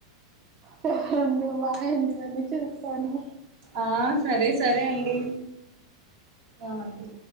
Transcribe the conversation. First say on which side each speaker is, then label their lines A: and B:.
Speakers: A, on the right; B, on the right.
A: మి ఫ్రెండ్ మా ఇంటి కాన్నుండి చూస్తానా
B: ఆ సరే సరే అండి ఆ అండి